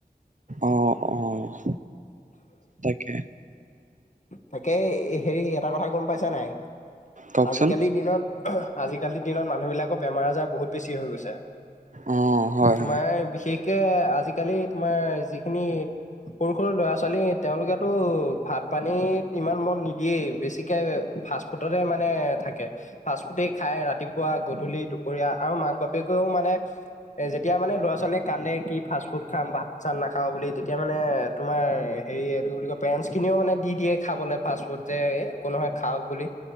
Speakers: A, on the right; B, on the left.
A: অ', অ', তাকে
B: তাকেই হেৰি, এটা কথা গম পাইছা নাই?
A: কওকচোন?
B: আজিকালিৰ দিনত আজিকালিৰ দিনত মানুহবিলাকৰ বেমাৰ-আজাৰ বহুত বেছি হৈ গৈছে।
A: অ হয়
B: তোমাৰ
A: হয়
B: বিশেষকে, আজিকালি তোমাৰ, যি খিনি, সৰু-সৰু, ল'ৰা-ছোৱালী, তেওঁলোকেতো ভাত পানীত, ইমান মন নিদিয়েই, বেছিকে ফাষ্টফুডতে মানে থাকে ফাষ্টফুডে খাই ৰাতিপুৱা, গধূলি, দুপৰীয়া, আৰু মাক-বাপেকেওঁ মানে এ, যেতিয়া মানে ল'ৰা-ছোৱালীয়ে কান্দে কি, ফাষ্টফুড খাম, ভাত-চাত নাখাওঁ বুলি, তেতিয়া মানে তোমাৰ হেৰি, এইটো কি বুলি কয়, পেৰেণ্টছখিনিও মানে দি দিয়ে খাবলৈ, ফাষ্টফুড যে, এ, একো নহয়, খাওক বুলি,